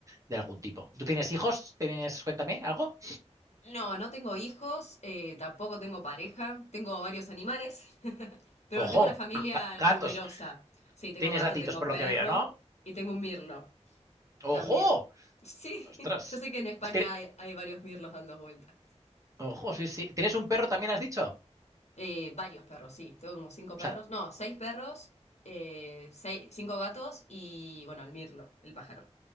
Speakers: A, on the right; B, on the left.
A: de algún tipo. ¿Tú tienes hijos? ¿Tienes, cuéntame, algo?
B: No, no tengo hijos, eh, tampoco tengo pareja, tengo varios animales, <laughs> pero bueno,
A: Ojo,
B: tengo una familia
A: ga- gatos,
B: numerosa. Sí, tengo
A: tienes
B: gato,
A: gatitos
B: tengo
A: por lo
B: perro
A: que veo, ¿no?
B: y tengo un mirlo
A: Ojo,
B: también. Sí,
A: ostras.
B: <laughs> yo sé que en España
A: Tiene-
B: hay, hay varios mirlos dando vueltas.
A: Ojo, sí, sí. ¿Tienes un perro también, has dicho?
B: Eh, varios perros, sí. Tengo como cinco
A: O
B: perros,
A: sea,
B: no, seis perros, eh, sei- cinco gatos y bueno, el mirlo, el pájaro.